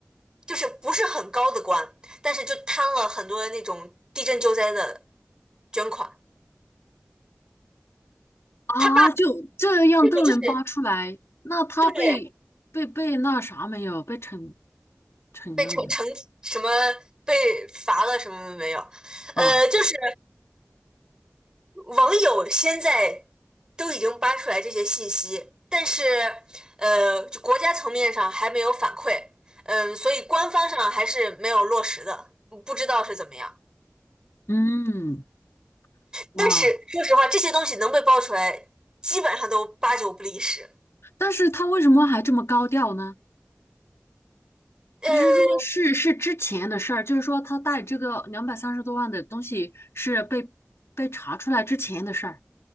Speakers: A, on the right; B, on the left.
A: 就是不是很高的官，但是就贪了很多那种地震救灾的捐款。
B: 啊，
A: 他爸
B: 就这样都能扒出来，
A: 这个就是
B: 那他被被被那啥没有？
A: 对
B: 被惩惩了没有？
A: 被惩惩什么被罚了什么没有，
B: 啊，
A: 呃，就是。网友现在都已经扒出来这些信息，但是呃，就国家层面上还没有反馈，嗯、所以官方上还是没有落实的，不知道是怎么样。
B: 嗯，哇，
A: 但是说实话，这些东西能被爆出来，基本上都八九不离十。
B: 但是他为什么还这么高调呢？还是说是是之前的事儿？
A: 呃
B: 就是说他带这个两百三十多万的东西是被被查出来之前的事儿